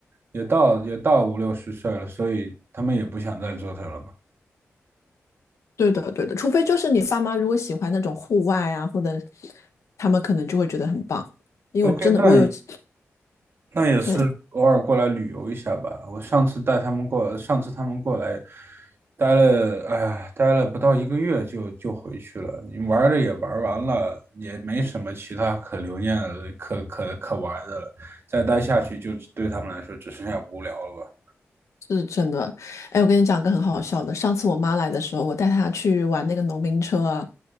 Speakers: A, on the right (about 50°); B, on the left (about 80°).
A: 也到也到五六十岁了，所以他们也不想再折腾了嘛。
B: 对的对的，除非就是你爸妈如果喜欢那种户外啊，或者他们可能就会觉得很棒，因为我真的我有
A: OK，那
B: <sucks teeth>，<sniffs>
A: 那也是偶尔过来旅游一下吧。
B: 对。
A: 我上次带他们过，上次他们过来待了，哎呀，待了不到一个月就就回去了。你玩儿的也玩儿完了，也没什么其他可留念的、可可可玩儿的了。再待下去就对他们来说只剩下无聊了吧。
B: 是真的，哎，我跟你讲个很好笑的。上次我妈来的时候，我带她去玩那个农民车啊。